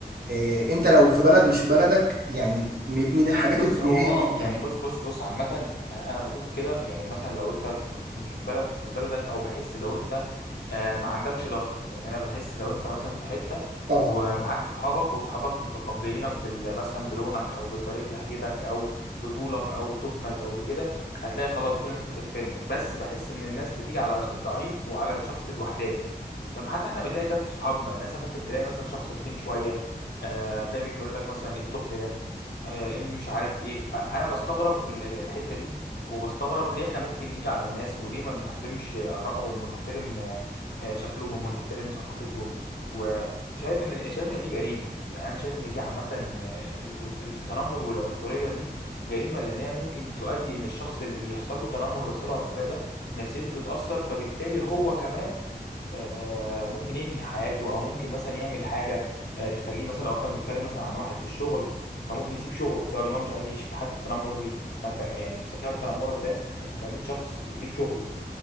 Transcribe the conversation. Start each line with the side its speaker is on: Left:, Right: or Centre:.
Right: آه، انت لو في بلد مش في بلدك يعني م- من الحاجات
Left: بص
Right: البديهية
Left: هو اه
Right: جدا
Left: يعني بص بص بص عامة انا بشوف كده يعني مثلا لو انت في مش في بلد في بلدك او بحس لو انت آه ما عندكش ظهر يعني انا بحس لو انت مثلا في حتة
Right: طبعا
Left: ومعاك
Right: اه
Left: صحابك وصحابك متقبلينك بال مثلا بلونك او بطريقة لهجتك او بطولك او بتخنك او بكده هتلاقي خلاص كل الناس بتحترمك بس بحس ان الناس بتيجي على الضعيف وعلى الشخص الوحداني طب حتى احنا بنلاقي ده في صحابنا يعني مثلا ممكن تلاقي مثلا شخص تخين شوية آه، هتلاقي بيجي يقول لك مثلا ايه التخن ده آه، إيه اللي مش عارف ايه فانا بستغرب ال- ال- الحته دي وبستغرب ليه احنا ممكن نيجي على الناس وليه ما نحترمش ارائهم ونحترم آه، آه، شكلهم ونحترم ثقافتهم وشايف ان شايف ان دي جريمه يعني انا شايف ان دي عامه آه، ال- ال- ال- التنمر والعنصريه دي جريمه لانها ممكن تؤدي ان الشخص اللي بيحصل له تنمر وبيحصل له عنصريه ده نفسيته تتاثر فبالتالي هو كمان آه، ممكن ينهي حياته او ممكن مثلا يعمل حاجه آه، تخليه مثلا لو احنا بنتكلم مثلا عن واحد في الشغل فممكن يسيب شغله بسبب ان هو مش عايز يعيش في حاله التنمر دي فانت يعني بسبب تنمرك ده انت خليت شخص يسيب شغله